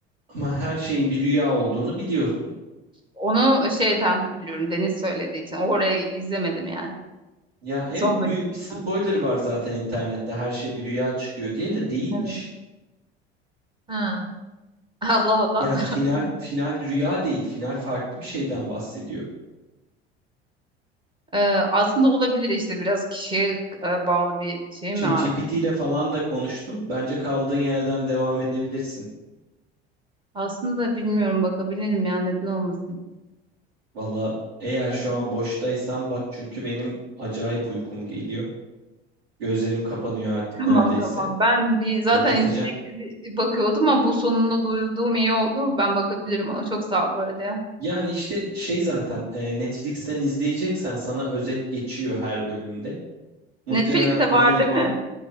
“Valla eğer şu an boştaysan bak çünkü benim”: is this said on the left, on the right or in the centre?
Right